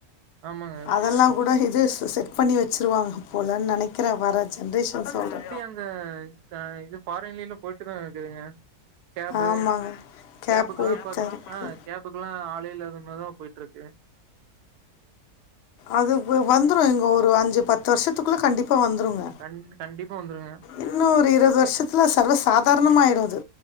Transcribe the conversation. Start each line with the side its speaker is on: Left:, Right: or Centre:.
Right: ஆமாங்க
Left: அதலாம் கூட இது செ செட் பண்ணி வச்சிருவாங்க போல நனைக் க்கிற வர ஜென்ரேஷன் சொல்ற
Right: ங்க இது க ஃபாரின்லெல்லாம் போயிட்டு தான் இருக்குதுங்க கேபு
Left: ஆமாங்க கேப்
Right: கேபுக்கெல்லாம்
Left: போயிட்டு
Right: பார்த்
Left: தான் இருக்குது
Right: அ கேபுக் கெல்லா ஆளேயில்லாத மார் தான் போயிட்டுருக்கு
Left: அது வந்துரும் இங்க ஒரு அஞ்சு பத்து வருஷத்துக்குள்ள கண்டிப்பா வந்துருங்க
Right: கண் கண்டிப்பா வந்துருங்க
Left: இன்னும் ஒரு இருவது வருஷத்துல சர்வ சாதாரணமாயிடும் அது